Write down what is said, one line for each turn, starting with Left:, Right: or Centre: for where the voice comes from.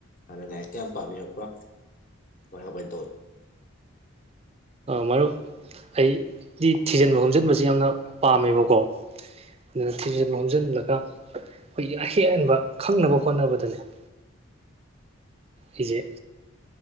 Left: ꯍꯥꯟꯅ ꯂꯥꯏꯔꯤꯛꯛꯇ ꯌꯥꯝ ꯄꯥꯝꯕꯤꯔꯛꯄ꯭ꯔꯥ ꯃꯄ ꯇ
Right: ꯃꯔꯨꯞ ꯑꯩꯗꯤ ꯊꯤꯖꯤꯟꯕ ꯈꯣꯝꯖꯤꯟꯕꯁꯦ ꯌꯥꯝꯅ ꯄꯥꯝꯃꯦꯕꯀꯣ ꯑꯗꯨꯅ ꯊꯤꯖ ꯂꯣꯝꯖꯤꯜꯂꯒ ꯑꯩꯈꯣꯏꯒꯤ ꯑꯍꯦꯟ ꯍꯦꯟꯕ ꯈꯪꯅꯕ ꯍꯣꯠꯅꯕꯗꯅꯦ ꯍꯝ ꯑꯩꯁꯦ